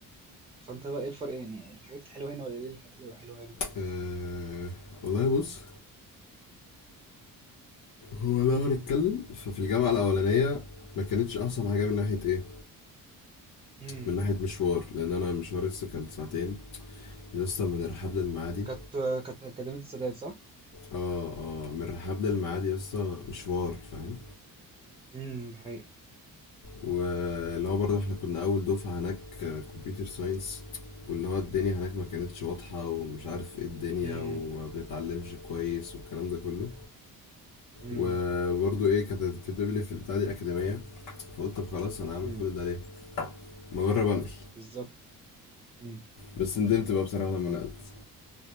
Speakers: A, on the right; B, on the left.
A: فانت بقى ايه الفرق يعني الحاجات الحلوه هنا ولا ايه الحاجات الحلوه هنا
B: آه والله بص هو لو هنتكلم ففي الجامعة الأولانية ما كانتش أحسن حاجة من ناحية إيه؟
A: امم
B: من ناحية مشوار لأن أنا مشواري لسه كان ساعتين لسه من الرحاب للمعادي
A: كانت كانت أكاديمية السادات صح؟
B: اه اه من الرحاب للميعاد يا اسطى مشوار فاهم
A: امم ده حقيقي
B: واللي هو برضه احنا كنا اول دفعة هناك كمبيوتر ساينس واللي هو الدنيا هناك ما كانتش واضحة ومش عارف ايه الدنيا
A: امم
B: وما بنتعلمش كويس والكلام ده كله
A: امم
B: وبرضه ايه كانت كاتب لي في البتاع دي أكاديمية فقلت طب خلاص انا هعمل
A: امم
B: كل ده ليه ما اجرب انقل
A: بالظبط امم
B: بس ندمت بقى بصراحة لما نقلت